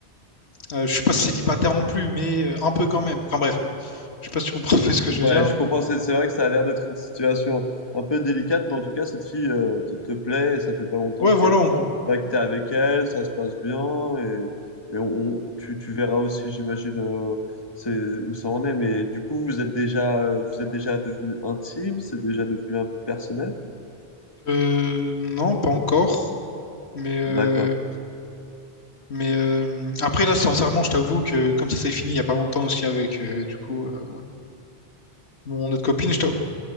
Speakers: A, on the left; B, on the left.
A: euh, je suis pas célibataire non plus, mais euh, un peu quand même. Enfin, bref. Je sais pas si tu comprends <laughs> un peu ce que
B: Ouais,
A: je veux dire.
B: je comprends. C'est c'est vrai que ça a l'air d'être une situation un peu délicate, mais en tout cas, cette fille euh, te, te plaît et ça fait pas longtemps
A: Ouais,
B: que,
A: voilà, en gros.
B: ouais, que t'es avec elle, ça se passe bien et, et on, tu, tu verras aussi, j'imagine, euh, c'est, où ça en est. Mais du coup, vous êtes déjà, vous êtes déjà devenu intime, c'est déjà devenu un peu personnel.
A: Euh, non, pas encore. Mais, euh,
B: D'accord.
A: mais euh, après, là, sincèrement, je t'avoue que comme ça s'est fini il y a pas longtemps aussi avec, euh, du coup, euh, mon autre copine, je t'avoue.